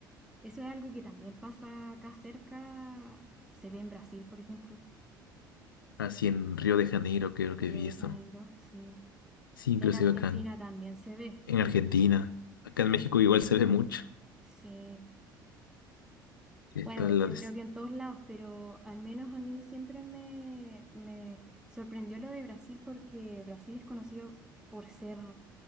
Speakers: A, in the centre; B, on the left.
A: eso es algo que también pasa acá cerca, se ve en Brasil, por ejemplo,
B: Así en Río de Janeiro creo
A: en
B: que
A: Río
B: vi
A: de
B: esto.
A: Janeiro, sí.
B: Sí, inclusive
A: En Argentina
B: acá en
A: también se ve.
B: en Argentina, acá
A: Sí.
B: en México igual se ve mucho.
A: Sí,
B: Sí,
A: bueno,
B: está la
A: yo
B: des-
A: creo que en todos lados, pero al menos a mí siempre me, me sorprendió lo de Brasil porque Brasil es conocido por ser,